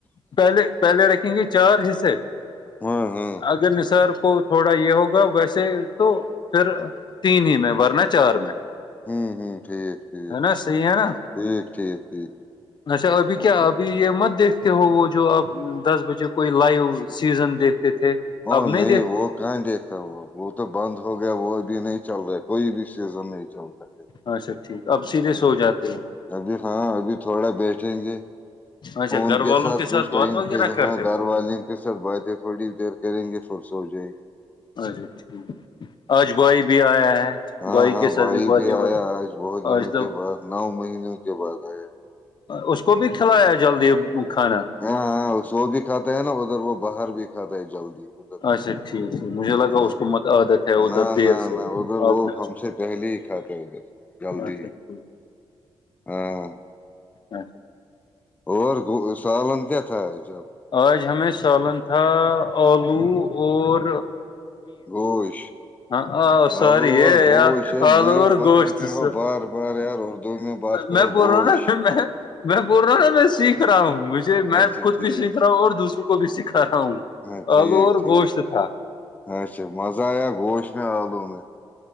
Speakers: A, on the left; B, on the left.
A: پہلے پہلے رکھیں گے چار حصے
B: ہاں ہاں
A: اگر نصار کو تھوڑا یہ ہوگا ویسے تو پھر تین ہی میں ورنہ چار میں
B: ہوں ہوں ٹھیک ٹھیک
A: ہے نا صحیح ہے نا
B: ٹھیک ٹھیک ٹھیک ہے
A: اچھا ابھی کیا
B: اچھا
A: ابھی
B: <unintelligible>
A: یہ مت دیکھتے ہو وہ جو اب دس بجے کوئی لائیو سیزن دیکھتے تھے
B: ہاں
A: اب
B: نہیں
A: دیکھتے
B: وہ کہاں دیکھتا وہ وہ تو بند ہو گیا وہ اب نہیں چل رہا کوئی بھی سیزن نہیں چل رہا
A: اچھا ٹھیک اب سیدھے
B: ہے
A: سو جاتے ہیں
B: ابھی ہاں ابھی تھوڑا بیٹھیں گے
A: اچھا
B: ان
A: گھر
B: کے
A: والوں
B: ساتھ کچھ ٹائم
A: بات وغیرہ
B: کےلاں
A: کرتے
B: گھر والے سر باتیں تھوڑی دیر کریں گے فرس ہو جائے
A: اچھا ٹھیک آجوائی بھی آیا ہے
B: ہاں ہاں
A: کے ساتھ
B: بھائی
A: باتیں
B: بھی
A: اور
B: آیا آج بہت دنوں
A: مطلب
B: کے بعد نو مہینوں کے بعد آیا
A: اس کو بھی کھلایا جلدی کھانا
B: ہاں ہاں سو بھی کھاتا ہے نا ادھر وہ باہر بھی کھاتا ہے جلدی ادھر
A: عاشق مجھے لگا
B: ہاں
A: اس کو مت عادت ہے ادھر
B: نہ
A: دیر
B: نہ
A: سے
B: نہ ادھر
A: اپ
B: وہ
A: نے اس
B: ہم سے پہلے ہی کھاتے ادھر جلدی
A: اچھا ٹھیک
B: ہاں
A: اچھا
B: اور سالن کیا تھا جب
A: آج ہمیں سالن تھا آلو اور
B: گوش
A: ہاں ساری
B: آلو اور گوش یہ
A: آل
B: میٹ
A: اوور
B: بتاتے
A: گوشس
B: ہو بار بار یار اردو بات کرو
A: میں بول
B: گوش
A: رہا ہ نا میں میں بول رہا ہ نا میں سیکھ رہا ہوں مجھے میں
B: اچھا
A: خود
B: ٹھیک
A: بھی سیکھ رہا ہوں اور دوسروں کو بھی سکھا رہا ہوں
B: ہاں ٹھیک
A: آلو اور
B: ٹھیک
A: گوشت تھا
B: اچھا مزہ آیا گوش میں آلوں میں میں